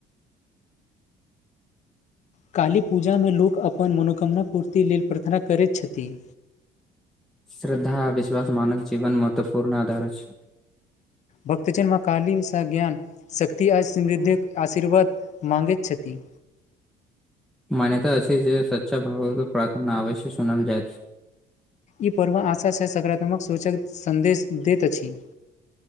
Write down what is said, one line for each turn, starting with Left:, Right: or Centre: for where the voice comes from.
Left: काली पूजा मे लोक अपन मनोकामना पूर्ति लेल प्रार्थना करति छथिन
Centre: श्रद्धा आ विश्वास मानव जीवन महत्वपूर्ण आधार अछि
Left: भक्तजन मां काली सँ ज्ञान शक्ति आ समृद्धिक आशीर्वाद माँगति छथि
Centre: मान्यता अछि जे सच्चा भगवत प्रार्थना अवश्य सुनल जाईत
Left: ई पर्व आशाँ से सकारात्मक सोच सन्देश दति अछि